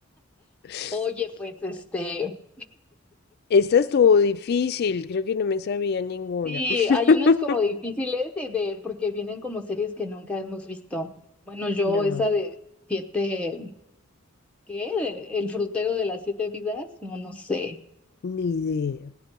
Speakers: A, on the left; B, in the centre.
A: <laughs>
B: oye, pues
A: <laughs>
B: este,
A: Esta estuvo difícil, creo que no me sabía ninguna.
B: sí,
A: <laughs>
B: hay unas como difíciles de, de- porque vienen como series que nunca hemos visto. Bueno, yo
A: Claro,
B: esa de siete, ¿qué? De- El frutero de las siete vidas, no, no sé.
A: ni idea.